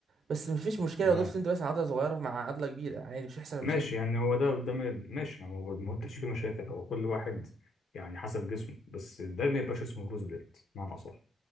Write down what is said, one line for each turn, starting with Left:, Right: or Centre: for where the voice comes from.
Right: بس مفيش مشكله
Left: تمام
Right: لو ضفت انت بس عضله صغيره مع عضله كبيره عادي مش هيحصل
Left: ماشي
Right: مشاكل
Left: يعني هو ده ده ما- ماشي انا ما ما قلتش فيه مشاكل هو كل واحد يعني حسب جسمه بس ده ما يبقاش اسمه بروس بليت بمعنى اصح